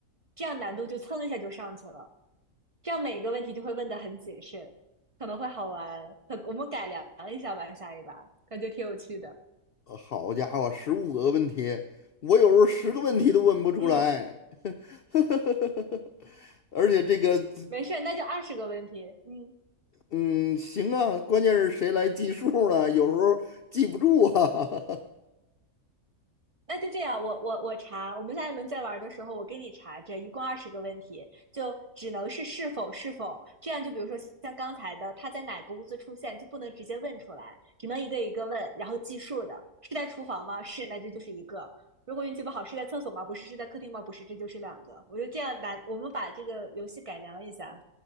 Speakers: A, on the right; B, on the left.
A: 这样难度就蹭一下就上去了，这样每个问题就会问的很谨慎，可能会好玩。可我们改良一下吧，下一把感觉挺有趣的。
B: 呃好家伙，十五个问题，我有时候十个问题都问不出来，
A: 嗯，
B: <laughs> 而且这个。
A: 没事，那就二十个问题。嗯。
B: 嗯，行啊，关键是谁来计数呢？有时候记不住啊。<laughs>
A: 那就这样，我我我查，我们下一轮再玩的时候，我给你查这一共二十个问题，就只能是是否是否，这样就比如说像刚才的，他在哪个屋子出现，就不能直接问出来，只能一个一个问，然后计数的，是在厨房吗？是，那这就是一个。如果运气不好，是在厕所吗？不是，是在客厅吗？不是，这就是两个。我就这样来，我们把这个游戏改良一下。